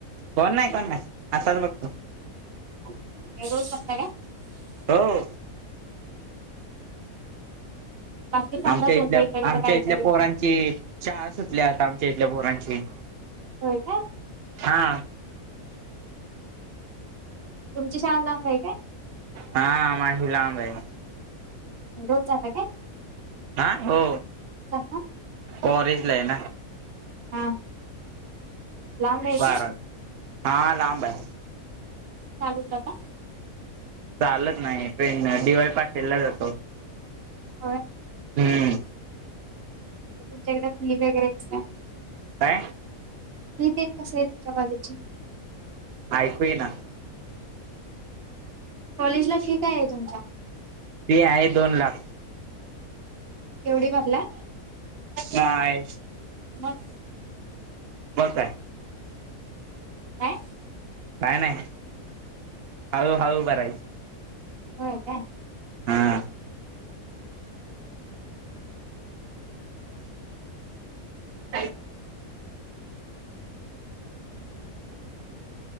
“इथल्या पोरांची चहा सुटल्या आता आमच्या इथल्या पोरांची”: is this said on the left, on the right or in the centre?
Right